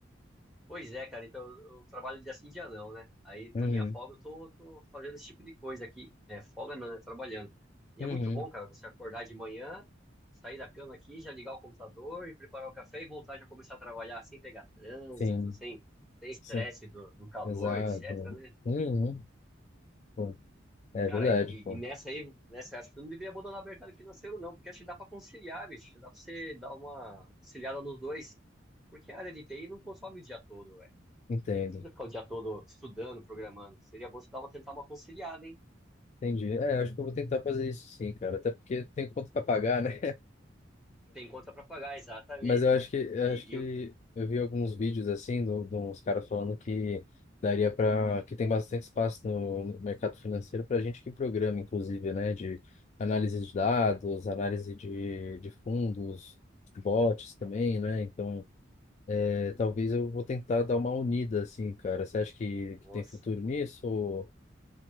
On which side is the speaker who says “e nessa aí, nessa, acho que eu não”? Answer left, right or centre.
Centre